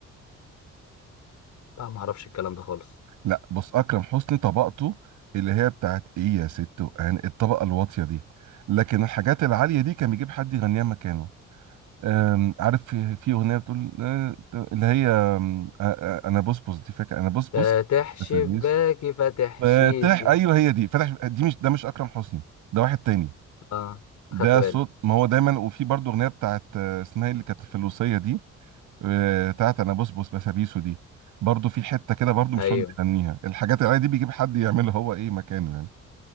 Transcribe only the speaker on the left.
لا ما اعرفش الكلام ده خالص
فاتح شباكي
فاتح
شيشي
اه
خدت بالي
ايوه